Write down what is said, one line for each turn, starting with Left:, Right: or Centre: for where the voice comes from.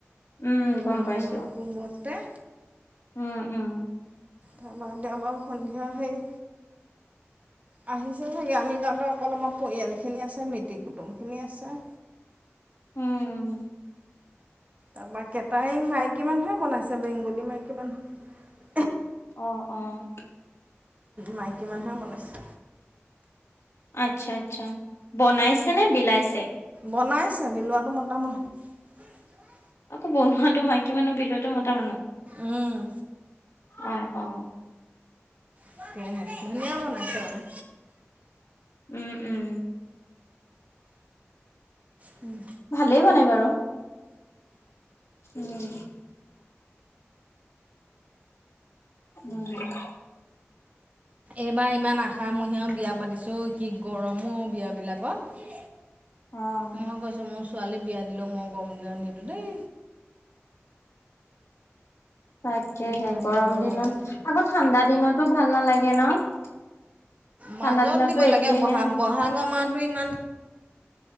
Left: উম গম
Right: গৰমৰ
Left: পাইছো
Right: কোবতে
Left: উম, উম।
Right: তাৰ মাৰ দে আমাৰো সন্ধিয়াহেই। আহিছে ছাগে, আমি যাওঁতে অকল আমাৰ পৰিয়ালখিনি আছে মিটিক কুটুমখিনি আছে।
Left: উম উম
Right: তাৰপা কেটাৰিং মাইকী মানুহে বনাইছে, বেংগলী মাইকী মানুহে।
Left: অ', অ'।
Right: মাইকী মানুহে বনাইছে।
Left: আচ্ছা আচ্ছা। বনাইছে নে বিলাইছে?
Right: বনাইছে, বিলোৱাটো মতা মানুহ।
Left: আকৌ বনোৱাতটো মাইকী মানুহ, বিলোৱাটো মতা মানুহ?
Right: উম
Left: অ', অ'।
Right: তাকেহে। ধুনীয়া বনাইছে মানে।
Left: উম, উম।
Right: উম।
Left: ভালেই বনাই বাৰু। উম। উম।
Right: এইবাৰ ইমান আশা মহীয়াও বিয়া পাতিছোঁ, কি গৰমো বিয়াবিলাকত।
Left: অ'।
Right: মই কৈছোঁ মোৰ ছোৱালী বিয়া দিলেও মই গম নে নিদিওঁ দেই।
Left: তাকেহে
Right: ইমান
Left: গৰম
Right: গৰমত
Left: দিনত, আকৌ ঠাণ্ডা দিনতো ভাল নালাগে ন'?
Right: মাজত
Left: ঠাণ্ডা দিনতো
Right: দিব
Left: একেহে
Right: লাগে, বহা-বহাগৰ মাহটো ইমান